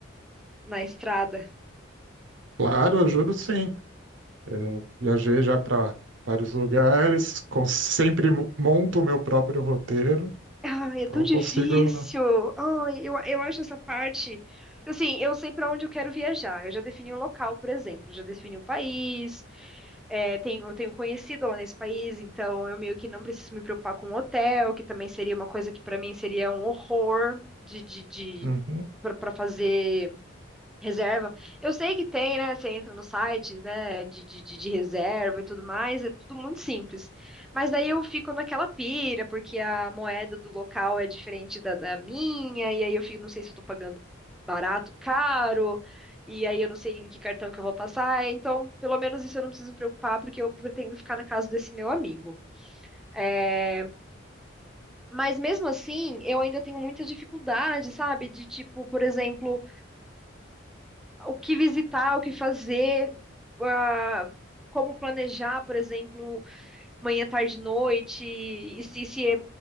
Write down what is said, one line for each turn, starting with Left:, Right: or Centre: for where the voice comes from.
Centre: na estrada.
Right: claro, ajudo sim. É, viajei já para vários lugares, com- sempre mo- monto o meu próprio roteiro,
Centre: Ai,
Right: então
Centre: é tão difícil.
Right: consigo.
Centre: Ai, eu, eu acho essa parte. Assim, eu sei para onde eu quero viajar. Eu já defini o local, por exemplo, já defini o país. É, tenho, eu tenho conhecido lá nesse país, então eu meio que não preciso me preocupar com o hotel, que também seria uma coisa que para mim seria um horror de, de, de
Right: Uhum,
Centre: para fazer Reserva. Eu sei que tem, né? Você entra no site, né? De, de, de de reserva e tudo mais, é tudo muito simples. Mas daí eu fico naquela pira, porque a moeda do local é diferente da, da minha, e aí eu fico, não sei se eu tô pagando barato, caro, e aí eu não sei em que cartão que eu vou passar. Então, pelo menos isso eu não preciso me preocupar, porque eu pretendo ficar na casa desse meu amigo. É, Mas mesmo assim, eu ainda tenho muita dificuldade, sabe? De tipo, por exemplo. o que visitar, o que fazer, ah, como planejar, por exemplo, manhã, tarde, noite, e se, se, é-